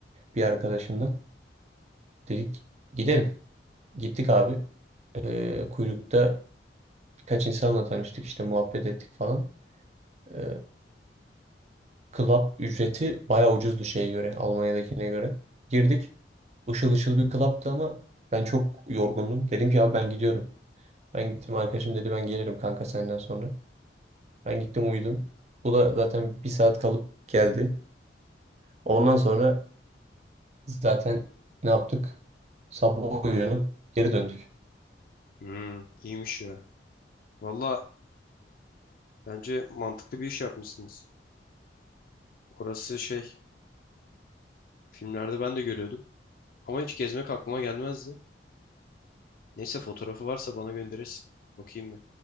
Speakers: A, on the right; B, on the left.
A: Bir arkadaşından. Dedik gidelim. Gittik abi. Ee, kuyrukta birkaç insanla tanıştık işte muhabbet ettik falan. Ee, club ücreti bayağı ucuzdu şeye göre Almanya'dakine göre. Girdik. Işıl ışıl bir club'tı ama ben çok yorgundum. Dedim ki abi ben gidiyorum. Ben gittim arkadaşım dedi ben gelirim kanka senden sonra. Ben gittim uyudum. Bu da zaten bir saat kalıp geldi. Ondan sonra zaten ne yaptık? Sabah uyanıp geri döndük.
B: Hmm. İyiymiş ya. Valla bence mantıklı bir iş yapmışsınız. Orası şey, filmlerde ben de görüyordum. Ama hiç gezmek aklıma gelmezdi. Neyse fotoğrafı varsa bana gönderirsin. Bakayım bir.